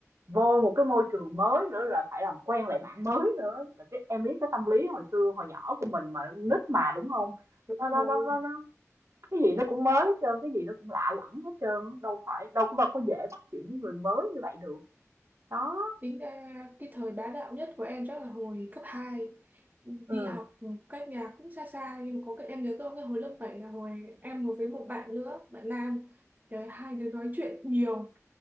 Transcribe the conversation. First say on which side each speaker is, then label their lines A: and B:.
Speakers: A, on the right (about 65°); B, on the right (about 35°).
A: vô một cái môi trường mới nữa là phải làm quen lại bạn mới nữa là cái em biết cái tâm lý hồi xưa hồi nhỏ của mình mà nít mà đúng không
B: Đúng
A: nó nó
B: rồi,
A: nó nó, nó cái gì nó cũng mới hết trơn cái gì nó cũng lạ lẫm hết trơn đâu phải đâu có đâu có dễ bắt chuyện với người mới như vậy được đó.
B: tính ra cái thời bá đạo nhất của em chắc là hồi cấp hai đi
A: Ừ.
B: học cách nhà cũng xa xa nhưng mà có cái em nhớ có cái hồi lớp 7 là hồi em ngồi với một bạn nữa, bạn nam. Trời ơi, hai đứa nói chuyện nhiều,